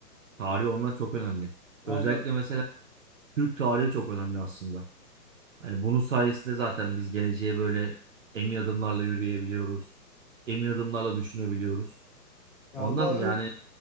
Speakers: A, on the right (about 55°); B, on the left (about 30°).
A: Tarih onlar çok önemli.
B: Vallahi
A: Özellikle mesela Türk tarihi çok önemli aslında. Hani bunun sayesinde zaten biz geleceğe böyle emin adımlarla yürüyebiliyoruz. Emin adımlarla düşünebiliyoruz.
B: ya
A: Ondan
B: vallahi öyle,
A: yani